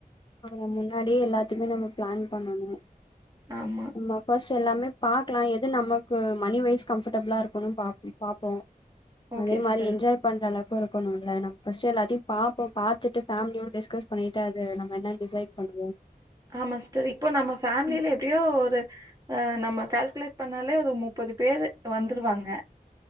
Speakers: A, on the left (about 30°); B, on the right (about 25°).
A: ஆனா முன்னாடியே எல்லாத்தையுமே நம்ம பிளான் பண்ணணு
B: ஆமா
A: நம்ம ஃபஸ்ட் எல்லாமே பாக்கலா எது நமக்கு மனிவைஸ் கம்ஃபர்ட்டபிளா இருக்கும்னு பா பாப்போ
B: <unintelligible> <inaudible>
A: அதே
B: சிஸ்டர்
A: மாரி என்ஜாய் பண்றளவுக்கு இருக்கணும்ல ஃபஸ்ட்டு எல்லாத்தையு பாப்போ பாத்துட்டு ஃபேமிலியோட டிஸ்கஸ் பண்ணிட்டு அது நம்ம என்னன் டிசைட் பண்ணுவோ
B: ஆமா சிஸ்டர் இப்போ நம்ம ஃபேமிலியில
A: ம்
B: எப்டியோ ஒரு ஆ நம்ம கால்குலேட் பண்ணாலே ஒரு முப்பது பேரு வந்துருவாங்க